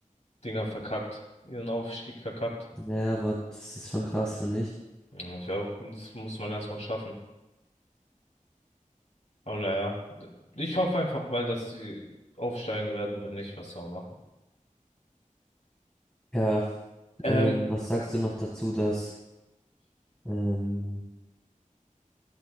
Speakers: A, on the left; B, in the centre.
A: Dinger verkackt, ihren Aufstieg verkackt.
B: Ja, aber das ist schon krass, finde ich.
A: Ja, ich auch. Und das muss man erstmal schaffen. Aber naja, ich hoffe einfach mal, dass sie aufsteigen werden, wenn nicht, was soll man machen.
B: Ja,
A: Ähm,
B: ähm, was sagst du noch dazu, dass ähm,